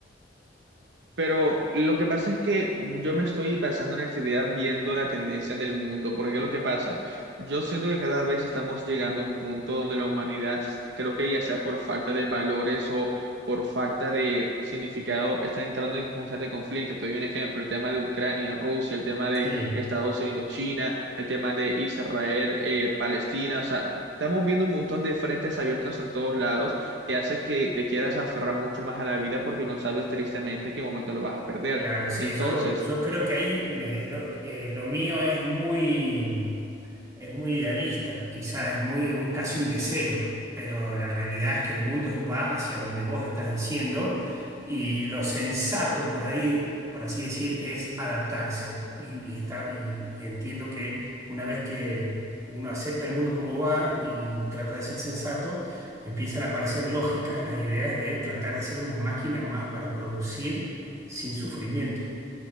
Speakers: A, on the right; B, on the right.
A: Pero lo que pasa es que yo me estoy basando en esta idea viendo la tendencia del mundo, porque es lo que pasa. Yo siento que cada vez estamos llegando a un punto donde la humanidad, creo que ya sea por falta de valores o por falta de significado, está entrando en constante conflicto. Te doy un ejemplo, el tema de Ucrania, Rusia, el tema de
B: Sí.
A: Estados Unidos, China, el tema de Israel, eh, Palestina, o sea, estamos viendo un montón de frentes abiertos en todos lados te hace que te quieras aferrar mucho más a la vida porque no sabes tristemente qué momento lo vas a perder.
B: Claro, sí,
A: Entonces,
B: yo, yo creo que ahí me- lo, eh, lo mío es muy, mm, es muy idealista, quizás es muy, un- casi un deseo, pero la realidad es que el mundo va hacia donde vos estás diciendo y lo sensato por ahí, por así decir, es adaptarse. Y, y está, y, y entiendo que una vez que uno acepta el mundo como va y trata de ser sensato, empiezan a aparecer lógicas las ideas de tratar de ser una máquina más para producir sin sufrimiento.